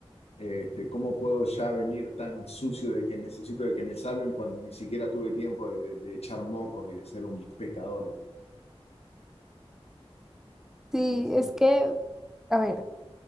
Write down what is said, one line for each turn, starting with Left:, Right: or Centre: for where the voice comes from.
Left: Este, ¿cómo puedo ya venir tan sucio de que necesito de que me salven cuando ni siquiera tuve tiempo de, de- de echar mocos y de ser un pecador?
Centre: sí,
Left: Entonces,
Centre: es que, a ver,